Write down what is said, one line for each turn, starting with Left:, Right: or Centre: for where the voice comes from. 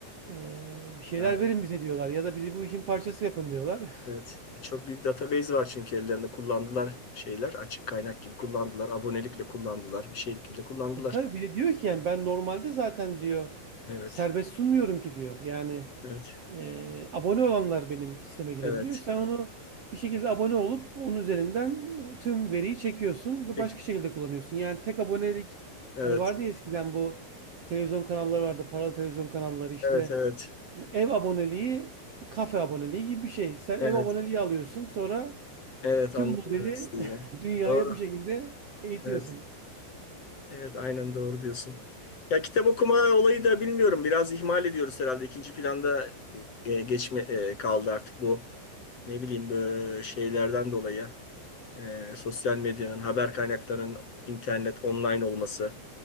Right: e, bir şeyler
Left: Yani
Right: verin bize diyorlar ya da bizi bu işin parçası yapın diyorlar.
Left: Evet.
Right: <laughs>
Left: Çok büyük database var çünkü ellerinde kullandılar şeyler. Açık kaynak gibi kullandılar. Abonelikle kullandılar. Bir şeylikle kullandılar.
Right: E tabii bir de diyor ki yani ben normalde zaten diyor
Left: Evet.
Right: serbest sunmuyorum ki diyor. Yani
Left: Evet.
Right: e, abone olanlar benim sisteme girebiliyor.
Left: Evet.
Right: Sen onu bir şekilde abone olup onun üzerinden e, tüm veriyi çekiyorsun ve
Left: Peki.
Right: başka şekilde kullanıyorsun. Yani tek abonelik
Left: Evet.
Right: hani vardı ya eskiden bu televizyon kanalları vardı. Paralı televizyon kanalları işte
Left: Evet. Evet.
Right: E, ev aboneliği, kafe aboneliği gibi bir şey. Sen ev
Left: Evet.
Right: aboneliği alıyorsun sonra
Left: Evet.
Right: tüm
Left: Anladım
Right: modeli
Left: demek istediğini.
Right: <laughs> dünyaya
Left: Doğru.
Right: bu şekilde eğitiyorsun.
Left: Evet. Evet. Aynen doğru diyorsun. Ya kitap okuma olayı da bilmiyorum. Biraz ihmal ediyoruz herhalde. İkinci planda e, geçme e, kaldı artık bu ne bileyim böyle şeylerden dolayı. E, sosyal medyanın, haber kaynaklarının internet, online olması.